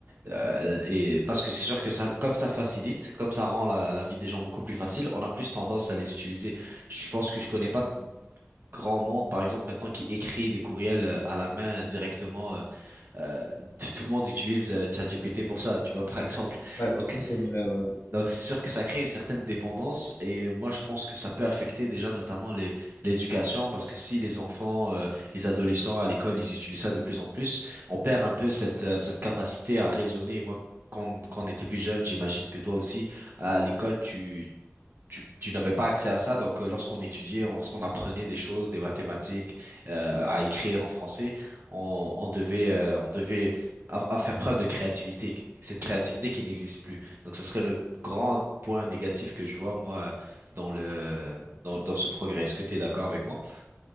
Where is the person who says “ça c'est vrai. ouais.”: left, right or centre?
Left